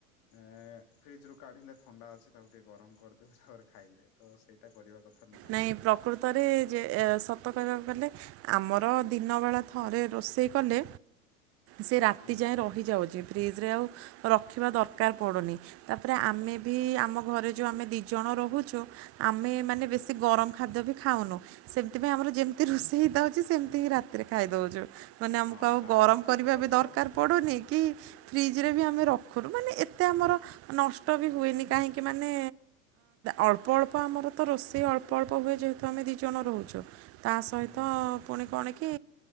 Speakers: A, on the left (about 55°); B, on the right (about 35°).
A: ଏ ଫ୍ରିଜ ରୁ କାଢିଲେ ଥଣ୍ଡା ଅଛି, ତାକୁ ଟିକେ ଗରମ କରିଦେଲେ ତାପରେ ଖାଇଲେ ତ ସେଇଟା କରିବା କଥା ନୁହେଁ
B: ନାଇଁ
A: କିନ୍ତୁ
B: ପ୍ରକୃତରେ ଯେ ସତ କହିବାକୁ ଗଲେ ଆମର ଦିନବେଳା ଥରେ ରୋଷେଇ କଲେ ସେ ରାତି
A: ହୁଁ
B: ଯାଏଁ ରହିଯାଉଛି ଫ୍ରିଜ ରେ ଆଉ ରଖିବା ଦରକାର ପଡ଼ୁନି ତାପରେ ଆମେ ବି ଆମ ଘରେ ଯୋଉ ଆମେ ଦି ଜଣ ରହୁଛୁ ଆମେ ମାନେ ବେଶ ଗରମ ଖାଦ୍ୟ ବି ଖାଉନୁ ସେମିପାଇ ଆମର ଯେମିତି ରୋଷେଇ ହେଇଥାଉଛି, ସେମିତି ହିଁ ରାତି ସେଥିରେ ଖାଇ ଦଉଛୁ ମାନେ ଆମକୁ
A: ହଁ
B: ଆଉ
A: ତାହେଲେ
B: ଗରମ
A: ଠିକ
B: କରିବା
A: କଥା
B: ବି ଦରକାର
A: ମାନେ
B: ପଡୁନି କି ଫ୍ରିଜ ରେ ବି ଆମେ ରଖୁରୁୁ ମାନେ ଏତେ ଆମର ନଷ୍ଟ ବି ହୁଏନି କାହିଁକି ମାନେ ଅଳ୍ପ ଅଳ୍ପ ଆମର ତ ରୋଷେଇ ଅଳ୍ପ ଅପଳ୍ପ ହୁଏ, ଯେହେତୁ ଆମେ ଦୁଇ ଜଣ ରହୁଛୁ ତା ସହିତ
A: ହୁଁ ହୁଁ ହୁଁ
B: ପୁଣି କଣ କି